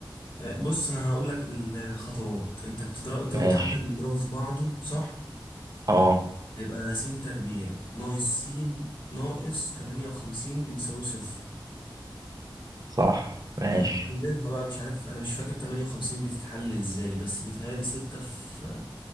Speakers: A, on the left; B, on the right.
A: آه، بص انا هقول لك الخطوات انت بتضرب انت
B: ماشي
A: قلت عدد بنضربه في بعضه صح
B: اه
A: هيبقى س تربيع ناقص س ناقص 58 بيساوي صفر
B: صح ماشي
A: هتحللها بقى مش عارف انا مش فاكر 58 بتتحل ازاي بس بيتهيألي 6 في